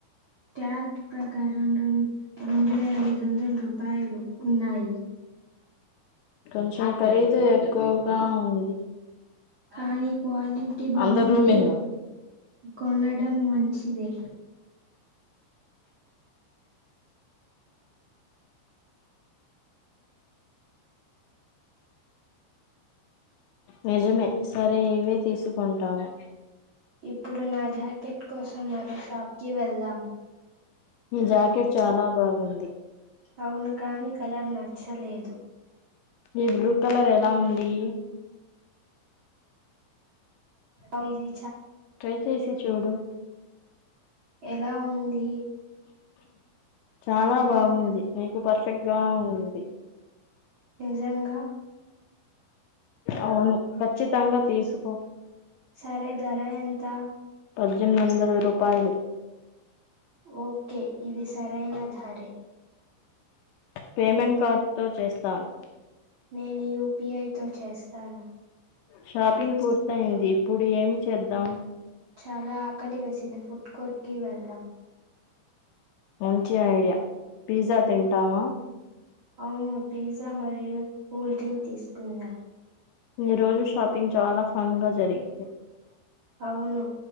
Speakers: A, on the right; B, on the left.
A: ట్యాగ్ ప్రక అవునా రెండు వేల ఐదు వందల రూపాయలు ఉన్నాయి
B: కొంచెం ఖరీదు ఎక్కువ రా అంది
A: కానీ క్వాలిటీ బాగుంటే
B: అందరూ రూమే హో
A: కొనడం మం పచ్చిదే
B: నిజమే సరే ఇవే తీస్కుంటాను
A: ఇప్పుడు నాక్ జాకెట్ కోసం మరో షాప్కి వెళ్దామ్
B: మీ జాకట్ చాలా బాగుంది
A: అవును కాని కలర్ నచ్చలేదు
B: ఈ బ్లూ కలర్ ఎలా ఉంది
A: ఐజి
B: ట్రై చేసి చూడు
A: ఎలా ఉంది
B: చాలా బాగుంది నీకు పర్ఫెక్ట్ గా ఉంది
A: నిజంగా
B: అవును ఖచ్చితంగా తీసుకో
A: సరే ధర ఎంత
B: పజ్జెధ్మ్ వందల రూపాయలు
A: ఒకే ఇది సరైన ధరే
B: పేమెంట్ కా తో చేస్తాన్
A: నేను యు పి ఐ తో చేస్తాను
B: షాపింగ్ పూర్తయింది ఇప్పుడు ఏమి చేద్దామ్
A: చాలా అక్ కలి వేసింది ఫుడ్ కోట్ కి వెళ్దమ్
B: మంచి ఐడియ పిజ్జా తిన్టావా
A: అవును పిజ్జా మరియు కూల్ డ్రింక్ తీసుకున్దామ్
B: ఈ రోజు షాపింగ్ చాలా ఫన్గా జరిగింది
A: ఔను